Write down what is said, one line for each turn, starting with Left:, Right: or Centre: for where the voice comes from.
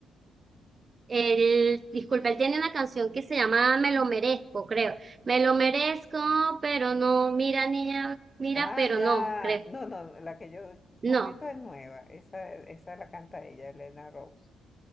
Right: él, disculpa, él tiene una canción que se llama Me lo merezco, creo. Me lo merezco, pero no. Mira, niña, mira,
Left: Ah,
Right: pero
Left: ya,
Right: no, creo.
Left: no, no, la que yo
Right: No.
Left: comento es nueva, esa, esa la canta ella, Elena Rose.